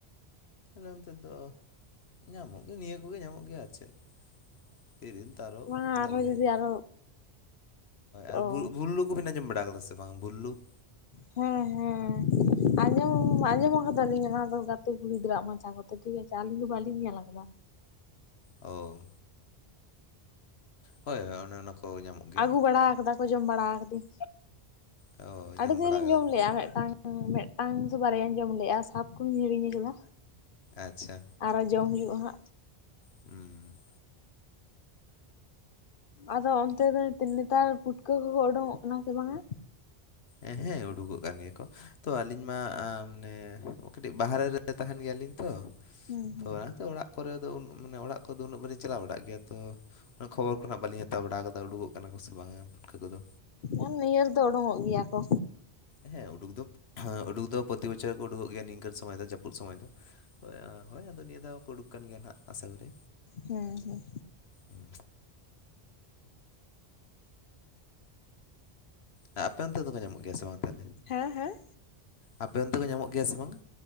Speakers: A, on the left (about 75°); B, on the left (about 60°).
A: ᱟᱞᱮ ᱱᱚᱱᱛᱮ ᱫᱚ ᱧᱟᱢᱚᱜ ᱜᱮᱭᱟ ᱱᱤᱭᱟᱹ ᱠᱚᱜᱮ ᱧᱟᱢᱚᱜ ᱜᱮᱭᱟ᱾ ᱟᱨ ᱪᱮᱫ? ᱛᱤᱨᱤᱞ ᱛᱟᱨᱚ
B: ᱵᱟᱝᱟ
A: ᱢᱮᱨᱞᱮᱜ
B: ᱟᱨᱦᱚᱸ ᱡᱩᱫᱤ ᱟᱨᱚ ᱚ
A: ᱟᱨ ᱵᱷᱩ- ᱵᱩᱞᱩᱜ᱾ ᱠᱚ ᱵᱤᱱ ᱟᱸᱡᱚᱢ ᱵᱟᱲᱟ ᱠᱟᱫᱟ ᱥᱮ ᱵᱟᱝ? ᱵᱩᱞᱩ ᱠᱩ
B: ᱦᱮᱸ ᱦᱮᱸ <unintelligible> ᱟᱸᱡᱚᱢ ᱟᱸᱡᱚᱢ ᱟᱠᱟᱫᱟᱞᱤᱧ ᱚᱱᱟᱫᱚ ᱜᱟᱛᱤ ᱠᱩᱲᱤ ᱜᱤᱫᱽᱨᱟᱹ ᱢᱚᱪᱷᱟ ᱠᱚᱛᱮ ᱴᱷᱤᱠ ᱟᱪᱷᱮ ᱟᱹᱞᱤᱧ ᱫᱚ ᱵᱟᱹᱞᱤᱧ ᱧᱮᱞ ᱟᱠᱟᱫᱟ᱾
A: ᱚᱻ ᱦᱳᱭ ᱚᱱᱮ ᱚᱱᱟ ᱠᱚ᱾ ᱧᱟᱢᱚᱜ ᱜᱮᱭᱟ
B: ᱟᱹᱜᱩ ᱵᱟᱲᱟ ᱟᱠᱟᱫᱟ ᱠᱚ ᱡᱚᱢ ᱵᱟᱲᱟ ᱟᱠᱟᱫᱟᱹᱧ,
A: ᱚ
B: ᱟᱹᱰᱤ ᱫᱤᱱ
A: ᱵᱟᱲᱟ
B: ᱨᱮᱧ
A: ᱠᱟᱫᱟᱢ
B: ᱡᱚᱢ ᱞᱮᱫᱼᱟ ᱢᱤᱫᱴᱟᱝ᱾ ᱢᱤᱫᱴᱟᱝ ᱥᱮ ᱵᱟᱨᱭᱟ ᱡᱚᱢ ᱞᱮᱫᱼᱟ ᱥᱟᱵ ᱠᱦᱚᱱᱤᱧ ᱦᱤᱲᱤᱧ ᱟᱠᱟᱫᱟ᱾
A: ᱟᱪᱪᱷᱟ
B: ᱟᱨᱚ ᱡᱚᱢ ᱦᱩᱭᱩᱜᱼᱟ ᱦᱟᱸᱜ
A: <inaudible> ᱦᱩᱸ
B: ᱟᱫᱚ ᱚᱱᱛᱮ ᱫᱚ ᱱᱮᱛᱟᱨ ᱯᱩᱴᱠᱟᱹ ᱠᱚᱠᱚ ᱩᱰᱩᱜ-ᱚᱜ ᱠᱟᱱᱟ ᱥᱮ ᱵᱟᱝᱟ?
A: ᱮ ᱦᱮᱸ ᱩᱰᱩᱠᱚᱜ ᱠᱟᱱ ᱜᱮᱭᱟ ᱠᱚ, ᱛᱚ ᱟᱹᱞᱤᱧ ᱢᱟ ᱢᱟᱱᱮ ᱚ ᱠᱟᱹᱴᱤᱜ ᱵᱟᱦᱨᱮ ᱨᱮ ᱛᱟᱦᱮᱱ ᱜᱮᱭᱟᱞᱤᱧ ᱛᱚ
B: ᱦᱩᱸ
A: ᱛᱚ ᱚᱱᱟᱛᱮ ᱚᱲᱟᱜ ᱠᱚᱨᱮ ᱫᱚ ᱩᱸ ᱢᱟᱱᱮ ᱚᱲᱟᱜ ᱠᱚᱫᱚ ᱩᱱᱟᱹᱜ ᱵᱟᱹᱞᱤᱧ ᱪᱟᱞᱟᱣ ᱵᱟᱲᱟᱜ ᱜᱮᱭᱟ ᱛᱚ ᱩᱱᱟᱹᱜ ᱠᱷᱚᱵᱚᱨ ᱠᱚ ᱱᱦᱟᱜ ᱵᱟᱹᱞᱤᱧ ᱦᱟᱛᱟᱣ ᱵᱟᱲᱟᱣ ᱠᱟᱫᱟ ᱩᱰᱠᱚᱜ ᱠᱟᱱᱟ ᱠᱚ ᱥᱮ ᱵᱟᱝᱟ ᱯᱩᱴᱠᱟᱹ ᱠᱚᱫᱚ᱾
B: ᱟᱨ ᱱᱤᱭᱟᱹ ᱨᱮᱫᱚ ᱚᱰᱝᱚᱜ ᱜᱮᱭᱟ ᱠᱚ᱾
A: ᱦᱮᱸ ᱩᱰᱩᱠ ᱫᱚ ᱦᱮ ᱩᱰᱩᱠ ᱫᱚ ᱯᱨᱚᱛᱤ ᱵᱚᱪᱷᱚᱨ ᱠᱚ ᱩᱰᱩᱠᱚᱜ ᱜᱮᱭᱟ ᱱᱤᱝᱠᱟᱹ ᱥᱚᱢᱚᱭ ᱫᱚ ᱡᱟᱹᱯᱩᱫ ᱥᱚᱢᱚᱭ ᱫᱚ ᱦᱳᱭ ᱟᱫᱚ ᱱᱤᱭᱟᱹ ᱫᱷᱟᱣ ᱠᱚ ᱩᱰᱩᱠ ᱠᱟᱱ ᱜᱮᱭᱟ ᱱᱦᱟᱜ ᱟᱥᱟ ᱠᱚᱨᱮ᱾
B: ᱦᱩᱸ ᱦᱩᱸ
A: ᱩᱸ ᱟ ᱟᱯᱮ ᱚᱱᱛᱮ ᱫᱚ ᱠᱚ ᱧᱟᱢᱚᱜ ᱜᱮᱭᱟ ᱥᱮ ᱵᱟᱝ ᱛᱟᱦᱞᱮ?
B: ᱦᱮᱸ ᱦᱮᱸ
A: ᱟᱯᱮ ᱚᱱᱛᱮ ᱠᱚ ᱧᱟᱢᱚᱜ ᱜᱮᱭᱟ ᱥᱮ ᱵᱟᱝᱟ?